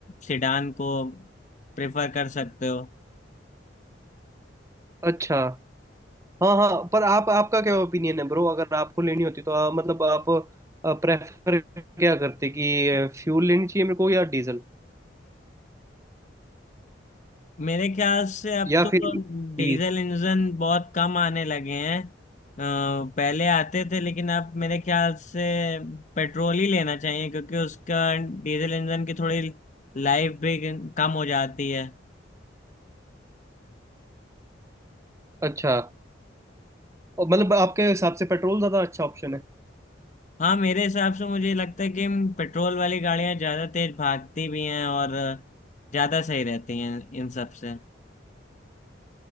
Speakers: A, on the left (about 40°); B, on the right (about 15°).
A: सिडान को प्रेफर कर सकते हो
B: अच्छा हाँ हाँ पर आप आपका क्या ओपिनियन है ब्रो अगर आपको लेनी होती तो आप, मतलब आप प्रेफर क्या करते कि फ्यूल लेनी चाहिए मेरे को या डीजल
A: मेरे ख्याल से अब
B: या
A: तो
B: फिर
A: डीजल
B: ईवी
A: इंजन बहुत कम आने लगे हैं अ, पहले आते थे लेकिन अब मेरे ख्याल से पेट्रोल ही लेना चाहिए क्योंकि उसका डीजल इंजन की थोड़ी लाइफ भी कम हो जाती है
B: अच्छा और मतलब आपके हिसाब से पेट्रोल ज़्यादा अच्छा ऑप्शन है
A: हाँ मेरे हिसाब से मुझे लगता है कि पेट्रोल वाली गाड़ियां ज्यादा तेज भागती भी हैं और ज्यादा सही रहती हैं इन सब से